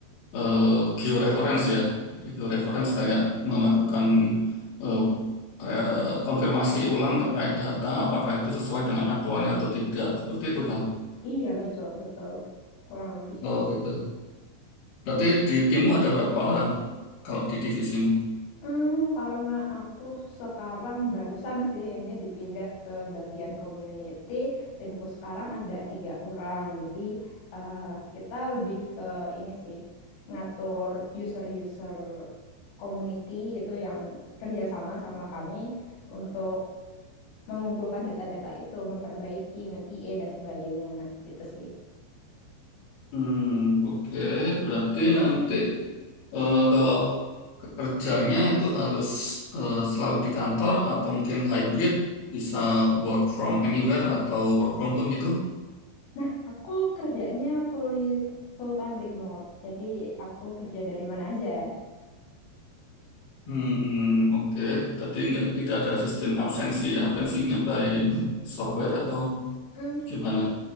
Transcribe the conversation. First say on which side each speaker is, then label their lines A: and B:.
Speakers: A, on the left; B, on the left.
A: eh, georeference ya. Jadi georeference kayak melakukan eh, kayak konfirmasi ulang terkait data apakah itu sesuai dengan aktualnya atau tidak. Seperti itu kan.
B: iya betul betul, kurang lebih
A: Oh,
B: kayak
A: gitu. Berarti di timmu ada berapa orang kalau di divisimu?
B: Hmm, karena aku sekarang barusan sih ini dipindah ke bagian community, timku sekarang ada tiga orang. Jadi eh, kita lebih ke ini sih ngatur user-user community gitu yang kerjasama sama kami untuk mengumpulkan data-data itu, memperbaiki, nge-QA dan sebagainya gitu sih.
A: Hmm, oke. Berarti nanti eh, kalau kerjanya itu harus eh, selalu di kantor atau mungkin hybrid bisa work from anywhere atau work from home gitu.
B: Nah, aku kerjanya fully full time remote, jadi aku kerja dari mana aja.
A: Hmm, oke. Tapi nggak tidak ada sistem absensi ya. Absensinya by software atau
B: Hmm,
A: gimana?